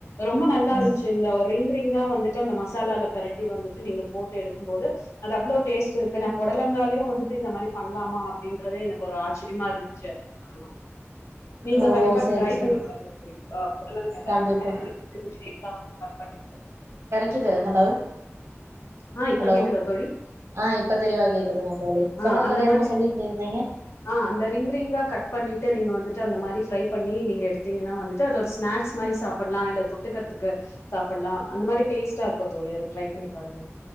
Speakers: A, on the left; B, on the right.
A: ரொம்ப நல்லா
B: ம்
A: இருந்ச்சு இந்த ரிங் ரிங் கா வந்துட்டு அந்த மசாலால பெரட்டி வந்துட்டு நீங்க போட்டு எடுக்கும் போது அது அவ்ளோ டேஸ்ட் இருக்கு நா போட் டலங்காலையு வந்துட்டு இந்த மாரி பண்லாமா அப்டின்றதே எனக்கொரு ஆச் சிர்மா இருந்துச்சி அப்டின் சொல்லனு நீங்க
B: ஓ
A: கண்டிப்பா
B: சேரி
A: ட்ரை
B: சேரி
A: பண்ணி பாருங்க போய் ஆ பொடலங்கால
B: கண்டிப்பா
A: <unintelligible>
B: கிது ஹலோ
A: ஆ இப்ப
B: ஹலோ
A: கேக்குதா தோழி
B: ஆஹ் இப்ப தெளிவா கேக் க்குதுங்க தோழி
A: ஆ
B: சொல்லுங்க
A: அந்த
B: தோழி என்னமா
A: மாதிரி
B: சொல்லிட்டு இருந்தீங்க
A: ஆ அந்த ரிங் ரிங்கா கட் பண்ணிட்டு நீங்க வந்துட்டு அந்த மாரி ஃப்ரை பண்ணி நீங்க எடுத்திங்கனா வந்துட்டு அது ஒரு ஸ்நேக்ஸ் மாரி சாப்புட்லா இல்ல தொட்டுக்றதுக்கு சாப்புட்லா அந்த மாரி டேஸ்ட்டா இருக்கு தோழி அது ட்ரை பண்ணி பாருங்க